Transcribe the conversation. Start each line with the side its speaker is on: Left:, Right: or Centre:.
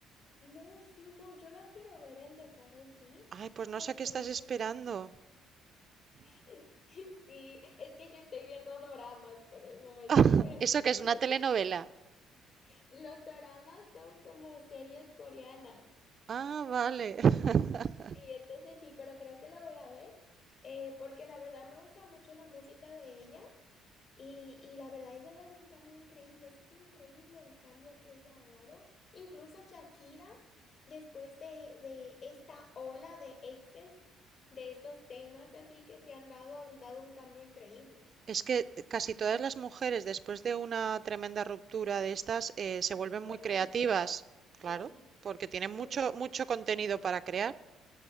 Left: No, sí, no, yo lo quiero ver el de Karol G
Right: Ay, pues no
Left: porque
Right: sé qué estás
Left: ella
Right: esperando.
Left: Es- <laughs> Sí, es que yo estoy viendo doramas por el momento,
Right: <laughs>
Left: pero
Right: ¿Eso que
Left: <laughs>
Right: es una telenovela?
Left: los doramas son como series coreanas.
Right: Ah, vale. <laughs>
Left: Sí, entonces sí, pero creo que lo voy a ver eh, porque la verdad me gusta mucho la música de ella y, y la verdad ella ha dado un cambio increíble, es increíble el cambio que ella ha dado. Incluso Shakira, después de, de esta ola de exes, de estos temas así que se han dado, han dado un cambio increíble.
Right: Es que casi todas las mujeres, después de una tremenda ruptura de estas, eh, se vuelven
Left: Vuelve
Right: muy creativas,
Left: mejor.
Right: claro,
Left: Sí,
Right: porque tienen
Left: no,
Right: mucho,
Left: no.
Right: mucho contenido para crear.